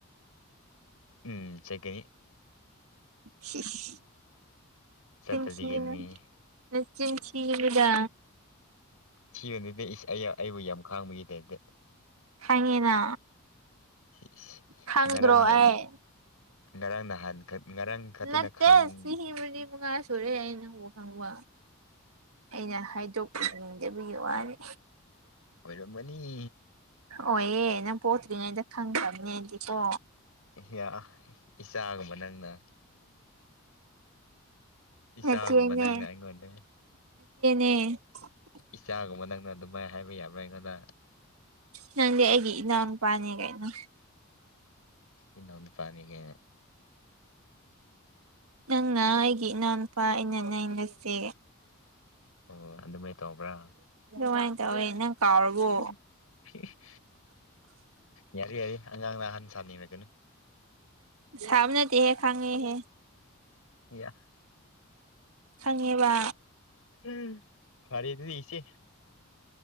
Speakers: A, on the left; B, on the right.
A: ꯎꯝ ꯆꯠꯀꯅꯤ
B: ꯆꯤꯟ
A: ꯆꯠꯇ꯭ꯔꯗꯤ
B: ꯊꯤꯒꯅꯨ
A: ꯀꯩꯅꯣꯅꯦ
B: ꯅꯆꯤꯟ ꯊꯤꯒꯅꯨꯗ
A: ꯊꯤꯔꯅꯨꯗ ꯏꯁ ꯑꯩꯕꯨ ꯌꯥꯝ ꯈꯥꯡꯕꯒꯤ ꯇꯥꯏꯞꯗ
B: ꯈꯪꯉꯤꯅ
A: <unintelligible>
B: ꯈꯪꯗ꯭ꯔꯣ
A: ꯉꯔꯥꯡꯅ
B: ꯑꯩ
A: ꯉꯔꯥꯡ ꯅꯍꯥꯟ ꯉꯔꯥꯡ ꯈꯛꯇꯅ
B: ꯅꯠꯇꯦ
A: ꯈꯪ
B: ꯆꯍꯤ ꯃꯔꯤ ꯃꯉꯥ ꯀꯨꯏꯔꯦ ꯑꯩ ꯅꯪꯕꯨ ꯈꯪꯕ ꯑꯩꯅ ꯍꯥꯏꯗꯣꯛ ꯈꯪꯗꯕꯒꯤ ꯋꯥꯅꯤ
A: ꯑꯣꯏꯔꯝꯃꯅꯤ
B: ꯑꯣꯌꯦ ꯅꯪ ꯄꯣꯛꯇ꯭ꯔꯤꯉꯩꯗ ꯈꯪꯈ꯭ꯔꯕꯅꯦ ꯑꯩꯗꯤꯀꯣ
A: ꯌꯥ ꯏꯆꯥꯒꯨꯝꯕ ꯅꯪꯅ ꯏꯆꯥꯒꯨꯝꯕ
B: ꯅꯆꯦꯅꯦ
A: ꯅꯪꯅ ꯑꯩꯉꯣꯟꯗ
B: <unintelligible>
A: ꯏꯆꯥꯒꯨꯝꯕ ꯅꯪꯅ ꯑꯗꯨꯃꯥꯏꯅ ꯍꯥꯏꯕ ꯌꯥꯕ꯭ꯔꯥ ꯑꯩꯉꯣꯟꯗ
B: ꯅꯪꯗꯤ ꯑꯩꯒꯤ ꯏꯅꯥꯎ ꯅꯨꯄꯥꯅꯦ ꯀꯩꯅꯣ
A: ꯏꯅꯥꯎ ꯅꯨꯄꯥꯅꯦ ꯒꯥꯏꯅ
B: ꯅꯪꯅ ꯑꯩꯒꯤ ꯏꯅꯥꯎꯅꯨꯄꯥ ꯑꯩꯅ ꯅꯪ ꯅꯆꯦ
A: ꯑꯣ ꯑꯗꯨꯃꯥꯏꯅ ꯇꯧꯕ꯭ꯔꯥ
B: ꯗꯨꯃꯥꯏꯅ ꯇꯧꯋꯦ ꯅꯪ ꯀꯥꯎꯔꯕꯣ
A: <unintelligible> ꯌꯥꯔꯦ ꯌꯥꯔꯦ ꯑꯉꯥꯡꯅ ꯑꯍꯟ ꯁꯥꯅꯤꯡꯔꯒꯅꯨ
B: ꯁꯥꯕ ꯅꯠꯇꯦꯍꯦ ꯈꯪꯉꯦꯍꯦ
A: ꯌꯥ
B: ꯈꯪꯉꯦꯕ
A: ꯎꯝ ꯐꯔꯦ ꯑꯗꯨꯗꯤ ꯏꯆꯦ